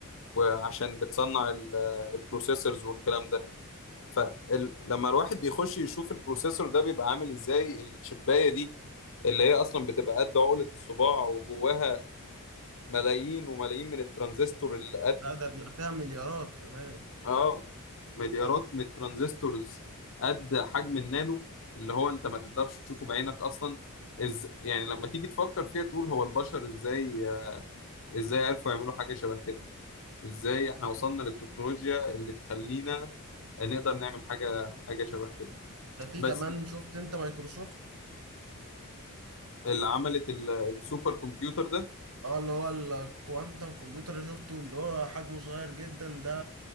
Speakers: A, on the left; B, on the right.
A: وعشان بتصنع ال- البروسيسورز والكلام ده فلما الواحد بيخش يشوف البروسيسور ده بيبقى عامل ازاي التشيباية دي اللي هي اصلا بتبقى قد عقلة الصباع وجواها ملايين وملايين من الترانزستور اللي قد
B: لا ده بيبقى فيها مليارات كمان
A: اه مليارات من الترانزستورز قد حجم النانو اللي هو انت ما تقدرش تشوفه بعينك اصلا إز يعني لما تيجي تفكر فيها تقول هو البشر ازاي ازاي عرفوا يعملوا حاجة شبه كده ازاي احنا وصلنا للتكنولوجيا اللي تخلينا نقدر نعمل حاجة حاجة شبه كده
B: ده في
A: بس
B: كمان شفت انت مايكروسوفت
A: اللي عملت ال- السوبر كمبيوتر ده
B: اه اللي هو الكوانتم كمبيوتر اللي شفته اللي هو حجمه صغير جدا ده